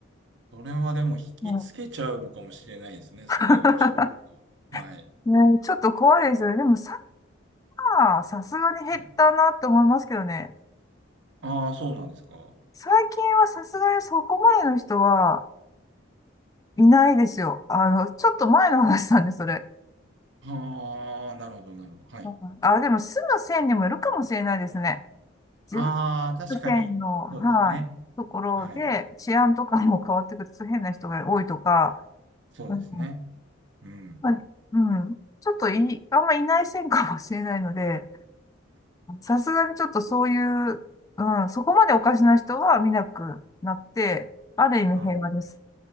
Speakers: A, on the right; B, on the left.
A: それはでも引きつけちゃうのかもしれないですね、
B: うん
A: それを。
B: <laughs>
A: シュールにはい。
B: ね、ちょっと怖いですよね。でも、まあ、さすがに減ったなって思いますけどね。
A: はい。ああ、そうなんですか。
B: 最近はさすがにそこまでの人はいないですよ。あの、ちょっと前の話なんで、それ。
A: ああ、なるほど、なるほど。はい。
B: うんあ、でも住む線にもいるかもしれないですね。自分
A: ああ、確かに。
B: の線の、はい、
A: そうですね。
B: ところで治安とかも変わってくると変な人が多いとか、
A: はい。そうですね。
B: うん、
A: うん。
B: まあうん、ちょっとい、あんまいない線かもしれないので、さすがにちょっとそういう、うん、そこまでおかしな人は見なくなって、ある意味平和です。
A: あの、